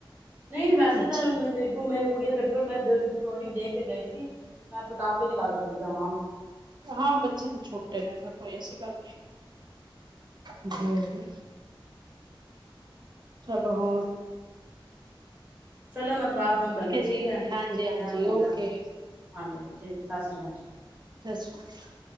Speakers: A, on the right (about 20°); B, on the right (about 55°).
A: ਨਹੀਂ ਵੈਸੇ
B: ਅੱਛਾ
A: ਤਾਂ ਮੇਰੇ ਕੁੜੀਆਂ ਦੇ ਪੇਪਰ ਮੈਂ <unintelligible> ਦੇਖ ਕੇ ਗਈ ਸੀ ਮੈਂ ਪਤਾ ਕਿਦੀ ਗੱਲ ਕਰਦੀ ਪੈ ਮਾ,
B: ਹਾਂ, ਬੱਚੇ ਤਾਂ ਛੋਟੇ ਨੇ ਫਿਰ ਕੋਈ ਐਸੀ ਗੱਲ ਨਹੀਂ, ਹੂੰ। ਚਲੋ ਬਹੁਤ,
A: ਚਲੋ ਮੈਂ ਦੁਬਾਰਾ ਫੋਨ ਕਰਨੀ
B: ਜੀ,
A: ਠੀਕ ਹੈ,
B: ਹਾਂਜੀ-ਹਾਂਜੀ
A: ਟੈਮ ਹੋ
B: ਓਕੇ,
A: ਗਿਆ, ਹਾਂਜੀ ਠੀਕ ਹੈ, ਸਤਿ ਸ਼੍ਰੀ ਅਕਾਲ।
B: ਸਤਿ ਸ਼੍ਰੀ ਅਕਾਲ,